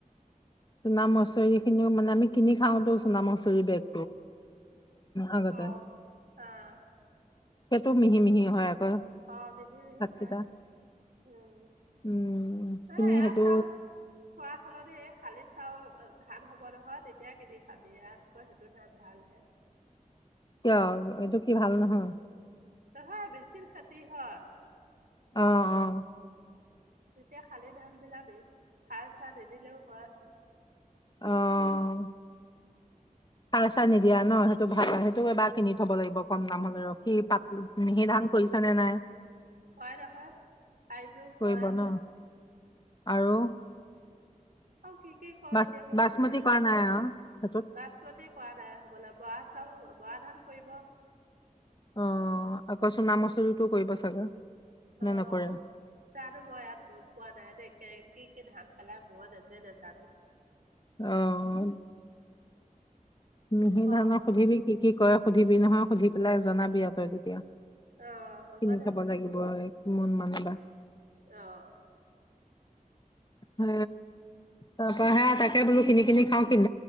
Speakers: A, on the left (about 30°); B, on the right (about 85°).
A: চুণা মছৰি খিনিও মানে আমি কিনি খাওঁটো চুণা মছৰি বেগ আগতে
B: অ', অ',
A: সেইটো মিহি মিহি হয় আকৌ
B: অ মিহি মিহি
A: ভাতকেইটা
B: হয়। উম
A: উম তুমি
B: এ এয়া
A: সেইটো
B: চাউল খোৱা হলতে এই খালি চাউল ধান হ'ব নহয় তেতিয়া কিনি খাবি ইয়াতকৈ সেইটো ধান ভাল হে
A: কিয় এইটো কি ভাল নহয়
B: নহয় মেচিখেতি হয়।
A: অ অ
B: এতিয়া শালি ধান বিলাক সাৰ চাৰ নিদিলেও হয়
A: অ সাৰ চা নিদিয়া ন সেইটো ভাল হয়। সেইটো এবাৰ কিনি থব লাগিব কম দাম হ'লে ৰহ কি পাতল মিহি ধান কৰিছা নে নাই।
B: কয় নহয় আইজো
A: কৰিব
B: কয়
A: ন আৰু
B: অ কি কি কয়
A: বাচ
B: এতিয়া মই
A: বাচমতি
B: নাজানো।
A: কৰা নাই আৰু সেইটোত
B: বাচমতি কৰা নাই হ'বলা বৰা চাউল বৰা ধান কৰিব।
A: অ আকৌচোন নাম আচৰিটো কৰিব চাগে নে
B: অ
A: নকৰে
B: জানো মই ইয়াত গম পোৱা নাই এনে কি ধান পালে মই নিজে নাজানো
A: অ মিহি
B: ক
A: ধানক সুধিবি কি কি কয় সুধিবি নহয় সুধি পেলাই জনাবিয়া তই তেতিয়া।
B: অ' হ'ব
A: কিনি
B: দে
A: থব লাগিব কিন মানে বা
B: আহ
A: হ তাৰ পৰাহে তাকে বোলো কিনি কিনি খাও কিনি